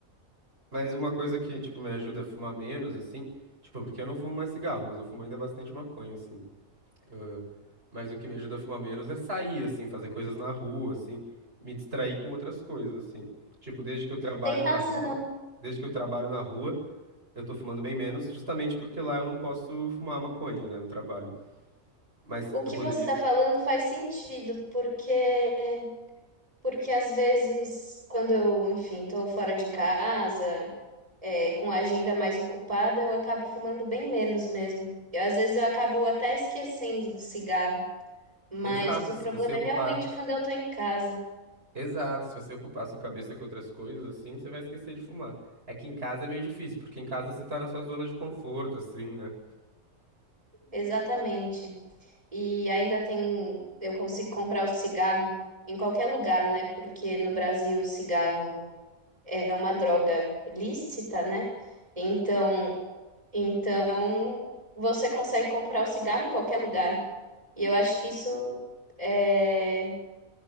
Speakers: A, on the right; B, on the right.
A: Mas uma coisa que, tipo, me ajuda a fumar menos, assim, tipo, porque eu não fumo mais cigarro, mas eu fumo ainda bastante maconha, assim. Ah, mas o que me ajuda a fumar menos é sair, assim, fazer coisas na rua, assim, me distrair com outras coisas, assim. Tipo, desde que eu trabalho
B: Tem razão.
A: na rua, desde que eu trabalho na rua. Eu tô fumando bem menos, justamente porque lá eu não posso fumar maconha, né, no trabalho. Mas
B: O
A: eu
B: que
A: poderia.
B: você está falando faz sentido, porque Porque às vezes, quando eu, enfim, tô fora de casa, é, com a agenda mais ocupada, eu acabo fumando bem menos mesmo. E às vezes eu acabo até esquecendo do cigarro. Mas
A: Exato,
B: o
A: se
B: problema
A: você ocupar.
B: é realmente quando eu tô em casa.
A: Exato, se você ocupar a sua cabeça com outras coisas, assim, você vai esquecer de fumar. É que em casa é meio difícil, porque em casa você tá na sua zona de conforto, assim, né?
B: Exatamente. E ainda tem, eu consigo comprar o cigarro em qualquer lugar, né? Porque no Brasil o cigarro é uma droga lícita, né? Então, então você consegue comprar o cigarro em qualquer lugar. E eu acho que isso, é,